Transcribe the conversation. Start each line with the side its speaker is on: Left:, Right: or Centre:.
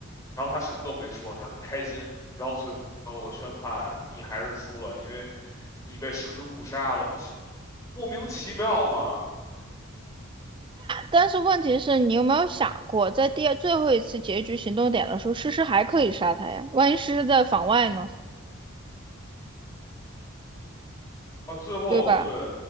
Left: 然后他什么都没说，他很开心。然后最后我宣判你还是输了，因为你被事实误杀了，你这莫名其妙嘛。
Right: 但是问题是你有没有想过，在第二最后一次结局行动点的时候，诗诗还可以杀他呀？万一诗诗在房外呢？
Left: 啊，最后对，
Right: 对吧？